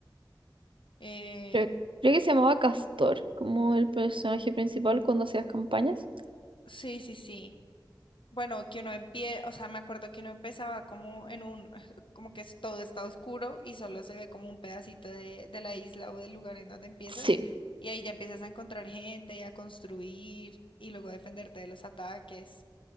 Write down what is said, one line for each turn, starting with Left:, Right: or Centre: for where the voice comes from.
Left: eh,
Right: Creo, creo que se llamaba Castor, como el personaje principal cuando hacías campañas.
Left: sí, sí, sí. Bueno, que uno empieza, o sea, me acuerdo que uno empezaba como en un, <laughs> como que es- todo está oscuro y solo se ve como un pedacito de, de la isla o del lugar en donde empiezas.
Right: Sí,
Left: Y ahí ya empiezas a encontrar gente, a construir y luego a defenderte de los ataques.